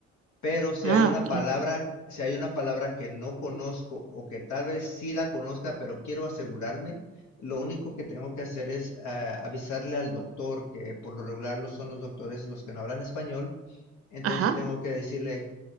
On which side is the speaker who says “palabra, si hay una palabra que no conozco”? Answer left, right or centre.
Left